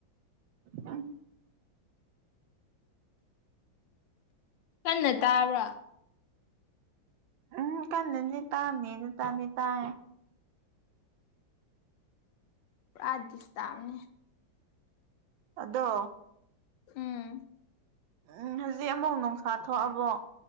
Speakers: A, on the right; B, on the left.
A: ꯎꯝ
B: ꯀꯟꯅ ꯇꯥꯕ꯭ꯔꯥ
A: ꯎꯝ ꯀꯅꯗꯤ ꯇꯅꯤꯗꯤ ꯇꯅꯤ ꯇꯌꯦ
B: ꯄꯨꯔꯥꯗꯤꯁ ꯇ ꯑꯃꯅꯤꯅꯤ
A: ꯑꯗꯣ
B: ꯎꯝ
A: ꯎꯝ ꯎꯝ ꯍꯧꯖꯤꯛ ꯑꯃꯨꯛ ꯅꯨꯡꯁꯥ ꯊꯣꯛꯑꯕꯣ